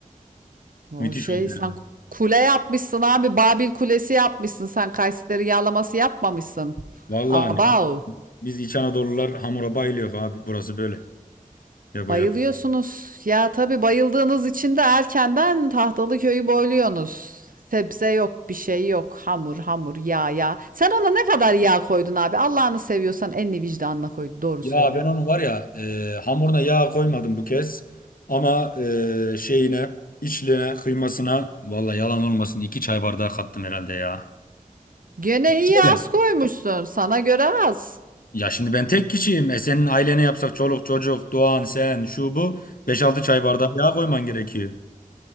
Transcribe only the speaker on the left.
müthiş
oldu
yani.
Vallahi
ne yapayım? Biz İç Anadolular hamura bayılıyor abi. Burası böyle. Yapacak.
Ya
ben onun var ya e, hamuruna yağ koymadım bu kez. Ama e, şeyine, içliğine, kıymasına vallahi yalan olmasın iki çay bardağı kattım herhalde ya.
Söyle.
Ya şimdi ben tek kişiyim. E senin ailene yapsak çoluk çocuk, Doğan, sen, şu bu beş altı çay bardağı yağ koyman gerekiyor.